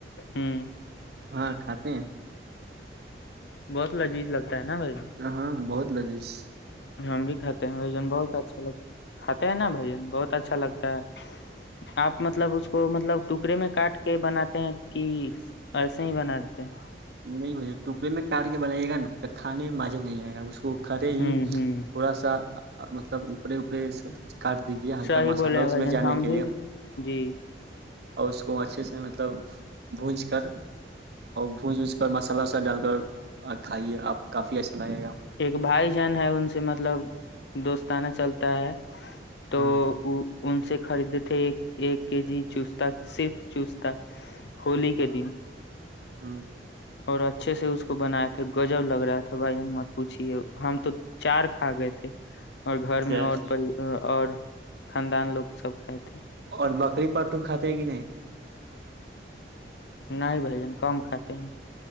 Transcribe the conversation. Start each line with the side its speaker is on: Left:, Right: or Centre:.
Left: ہ
Right: ہاں کھاتے ہیں
Left: بہت لذیذ لگتا ہے نا بھائی جان،
Right: ہ ہاں بہت لذیز
Left: ہم بھی کھاتے ہیں بھائی جان بہت اچھا لگتا ہے کھاتے ہیں نا بھائی جان بہت اچھا لگتا ہے آپ مطلب اس کو مطلب ٹکڑے میں کاٹ کے بناتے ہیں کہ ایسے ہی بناتے ہیں
Right: نہیں بھائی جان ٹکڑے میں کاٹ کے بنائیے گا پھر کھانے میں مزہ نہیں ائے گا کو کھڑے
Left: ہوں
Right: ہی تھوڑا
Left: ہوں
Right: سا مطلب اوپرے اوپڑے کاٹ دیجیے ہلکا
Left: صحیح
Right: مسالہ
Left: بولے ہیں
Right: اس
Left: بھائی
Right: میں
Left: جان
Right: جانے
Left: ہم
Right: کے
Left: بھی
Right: لیے
Left: جی
Right: اور اس کو اچھے سے مطلب بھج کر اور مسالہ وسالہ ڈال کر کھائیے آپ کافی اچھا لگے گا
Left: ایک بھائی جان ہے ان سے مطلب دوست تانا چلتا ہے تو
Right: ہاں
Left: وہ ان سے خریدے تھے ایک ایک کے جی چستا صرف چستتا ہولی کے دن
Right: ہاں
Left: اور اچھے سے اس کو بنایا تھے گجب لگ رہا تھا بھائی جان مت پوچھیے ہم تو چار کھا گئے تھے اور گھر
Right: چل
Left: میں اور اور خاندان لوگ سب کھائے تھے
Right: اور بکری پرٹو کھاتے کہ نہیں
Left: نہیں بھائی جن کم کھاتے ہیں